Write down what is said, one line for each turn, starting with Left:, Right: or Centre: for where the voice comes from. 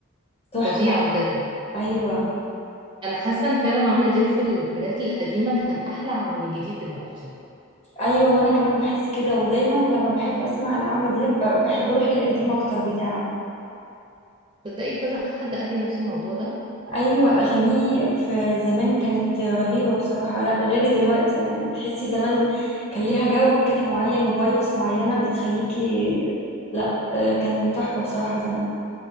Left: تحفة
Right: فظيعة بجد
Left: ايوه
Right: انا حاسة ان فعلا عمرو دياب في الحاجات القديمة كان احلى من الجديد دلوقتي
Left: ايوه وانا كمان بحس كده ودايما لما بحب اسمع لعمرو دياب ب- بحب اروح للقديم اكتر بتاعه
Right: تصدقي كذا حد قال لي نفس الموضوع ده
Left: ايوه اغانيه في زمان كانت رهيبة بصراحة لا غير دلوقتي يعني تحسي زمان كان ليها جو كده معين وفايبس معينة بتخليكي لا آه، كان تحفة بصراحة زمان